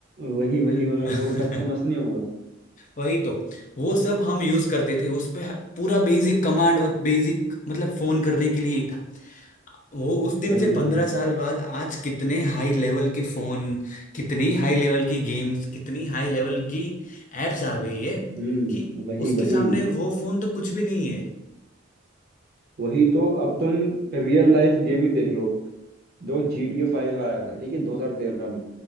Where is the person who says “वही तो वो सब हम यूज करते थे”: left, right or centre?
Left